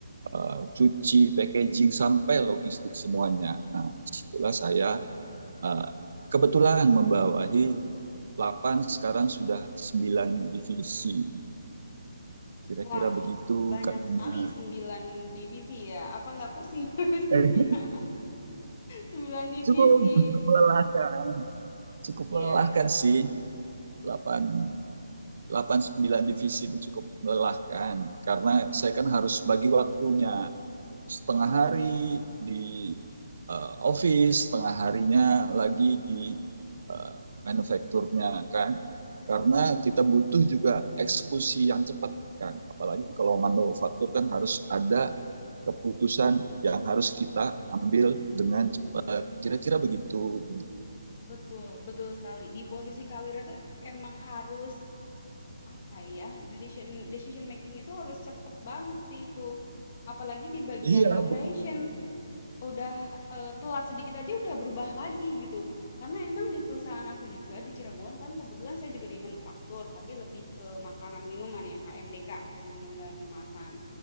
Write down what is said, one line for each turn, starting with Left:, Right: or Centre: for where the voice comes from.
Right: uh, cuci, packaging, sampai logistik semuanya. Nah, setelah saya uh, kebetulan membawahi 8 sekarang sudah 9 divisi. Kira-kira
Left: Wah,
Right: begitu,
Left: banyak
Right: Kak Bina.
Left: sekali 9 divisi ya. Apa nggak pusing <laughs> ngurusinnya?
Right: Eh,
Left: sembilan divisi.
Right: cukup, cukup melelahkan. Cukup
Left: Iya,
Right: melelahkan
Left: iya.
Right: sih, delapan delapan sembilan divisi itu cukup melelahkan karena saya kan harus bagi waktunya setengah hari di eh, office, setengah harinya lagi di eh, manufakturnya kan. Karena kita butuh juga eksekusi yang cepat kan. Apalagi kalau manufaktur kan harus ada keputusan yang harus kita ambil dengan cepat. Kira-kira begitu.
Left: Betul, betul sekali. Di posisi Kawira tuh emang harus Apa ya, decision decision making itu harus cepet banget sih itu. Apalagi di bagian
Right: Iya.
Left: operation, udah, eee, telat sedikit aja udah berubah lagi gitu. Karena emang di perusahaan aku juga di Cirebon kan kebetulan saya juga di manufaktur, tapi lebih ke makanan minuman ya, AMDK, air minum dalam kemasan.